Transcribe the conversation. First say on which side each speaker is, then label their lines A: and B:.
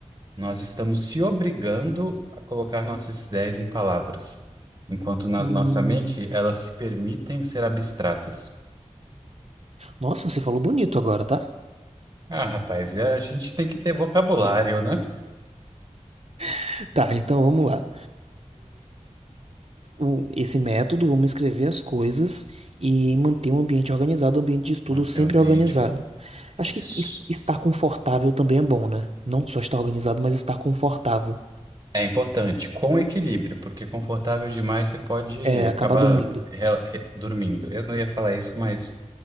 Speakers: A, on the right (about 35°); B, on the right (about 60°).
A: Nós estamos se obrigando a colocar nossas ideias em palavras, enquanto na
B: Hum.
A: nossa mente elas se permitem ser abstratas.
B: Nossa, você falou bonito agora, tá?
A: Ah, rapaz, é- a gente tem que ter vocabulário, né?
B: <laughs> Tá, então vamos lá. o- esse método, vamos escrever as coisas e manter um ambiente organizado, um ambiente de estudo
A: Manter
B: sempre
A: o ambiente.
B: organizado. Acho que
A: Isso
B: es- estar confortável também é bom, né? Não só estar organizado, mas estar confortável.
A: é importante, com equilíbrio, porque confortável demais você pode
B: É,
A: acabar
B: acabar dormindo.
A: re- re- dormindo. Eu não ia falar isso, mas